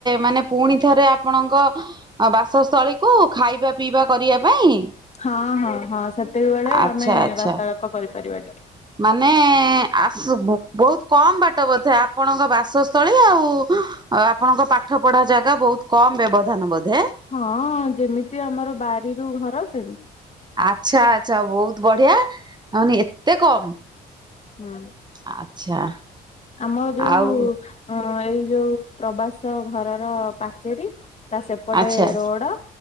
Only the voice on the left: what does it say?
ହଁ ହଁ ହଁ ସେତିକି ବେଳେ
ଆମେ
ବାର୍ତାଳାପ କରିପାରିବା ଟିକେ
ହଁ ହଁ ଯେମିତି ଆମର ବାରିରୁ ଘର ସେମିତି।
ହୁଁ।
ଆମର ଯୋଉ
ହଁ ଏଇ ଯୋଉ ପ୍ରବାସ ଘରର ପାଚେରୀ ତା ସେ ପଟେ
ରୋଡ